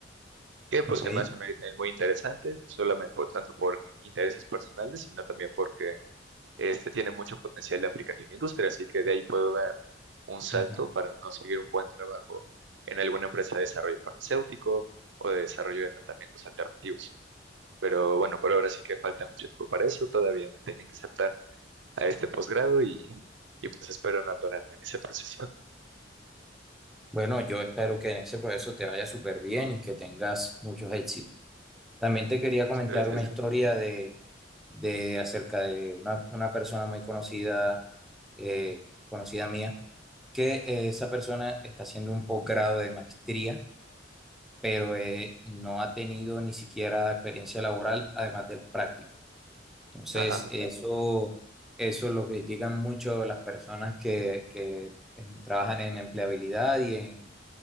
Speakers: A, on the right (about 75°); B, in the centre.
A: que pues
B: ok.
A: se me hace un área también muy interesante, solamente por tanto por intereses personales, sino también porque este tiene mucho potencial de aplicación en la industria, así que de ahí puedo dar un salto
B: Ujú.
A: para conseguir un buen trabajo en alguna empresa de desarrollo farmacéutico o de desarrollo de tratamientos alternativos. Pero bueno, por ahora sí que falta mucho tiempo para eso, todavía me tienen que aceptar a este posgrado y, y pues espero no atorarme en ese proceso.
B: Bueno, yo espero que en ese proceso te vaya súper bien y que tengas muchos éxitos. También te quería
A: <laughs> Muchas
B: comentar
A: gracias.
B: una historia de, de acerca de una, una persona muy conocida, eh, conocida mía, que eh, esa persona está haciendo un posgrado de maestría pero eh, no ha tenido ni siquiera experiencia laboral, además de las prácticas. Entonces,
A: Ajá,
B: eso, eso lo critican mucho las personas que, que, eh, trabajan en empleabilidad y en,